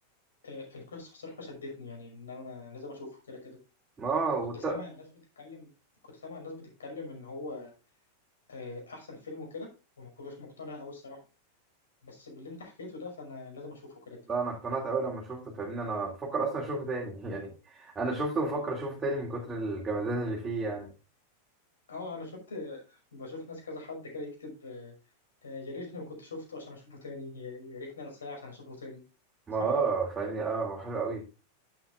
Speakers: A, on the left; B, on the right.
A: آه، القصة الصراحة شدتني يعني ان انا لازم اشوفه كده كده
B: ما هو
A: كنت
B: والت...
A: سامع الناس بتتكلم كنت سامع الناس بتتكلم ان هو آه، احسن فيلم وكده وما كنتش مقتنع قوي الصراحة بس باللي انت حكيته ده فانا لازم اشوفه كده كده
B: لا انا اقتنعت قوي لما شفته فاهمني انا بفكر اصلا اشوفه تاني <laughs> يعني انا شفته بفكر اشوفه تاني من كتر الجمدان اللي فيه يعني
A: اه انا شفت بشوف ناس كذا حد كده يكتب آه، آه، يا ريتني ما كنت شفته عشان اشوفه تاني يا يا ريتني انساه عشان اشوفه تاني
B: ما
A: صح؟
B: اه فاهمني اه هو حلو قوي